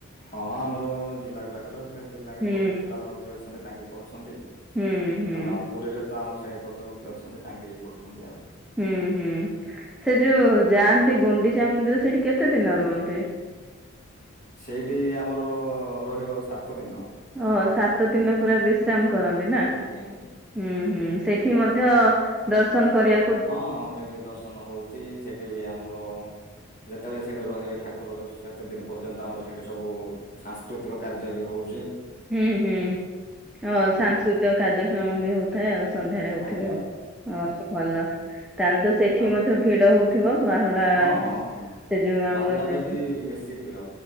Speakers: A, on the left; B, in the centre.
A: ହଁ ଆମର ଜିଲ୍ଲା ଗୁଡାକର ସେ ଜିଲ୍ଲା
B: ହୁଁ
A: ଜିଲ୍ଲାପାଳ ଯିଏ ଅଛନ୍ତି ତାଙ୍କେ କରୁଛନ୍ତି।
B: ହୁଁ-ହୁଁ।
A: ତାପରେ ଆମ ପୁରୀରେ ତ ଆମର ସେ ଗଜପତି ଅଛନ୍ତି ତାଙ୍କେ ଇଏ କରୁଛନ୍ତି ଆଉ।
B: ହୁଁ-ହୁଁ ସେ ଯୋଉ ଯାଆନ୍ତି ଗୁଣ୍ଡିଚା ମନ୍ଦିର ସେଇଠି କେତେ ଦିନ ରୁହନ୍ତି?
A: ସେଇଠି ଆମର ରହିବ ସାତ ଦିନ।
B: ହଁ ସାତ ଦିନ ପୁରା ବିଶ୍ରାମ କରନ୍ତି।
A: ଆଜ୍ଞା-ଆଜ୍ଞା।
B: ହୁଁ-ହୁଁ ସେଠି ମଧ୍ୟ ଦର୍ଶନ କରିବା
A: ହଁ-ହଁ ସେଇଠି ଦର୍ଶନ ହଉଚି ସେଇଠି ବି ଆମର ଯେତବେଳେ ସେଇଠି ରହିବେ ଠାକୁର ସେତେ ଦିନ ପର୍ଯ୍ୟନ୍ତ ଆମର ସେଇଠି ସବୁ ସାଂସ୍କୃତିକ କାର୍ଯ୍ୟ ବି ହଉଛି।
B: ହୁଁ-ହୁଁ ହ
A: ହଁ
B: ସାଂସ୍କୃତିକ କାର୍ଯ୍ୟକ୍ରମ ବି <unintelligible> ଥାଏ ଆଉ ସନ୍ଧ୍ୟାରେ ହଉଥିବେ
A: ଆଜ୍ଞା ଆଜ୍ଞା
B: ଆଉ ହଁ ଭଲ। ତାହାଲେ ତ
A: ହଁ
B: ସେଠି
A: ତାପରେ
B: ମଧ୍ୟ ଭିଡ ହଉଥିବ ବାହୁଡା
A: ହଁ ହଁ ହଁ
B: ସେ ଯୋଉ ଆମର
A: ବାହୁଡ଼ାରେ
B: <unintelligible>
A: ବି ବେଶୀ ଭିଡ଼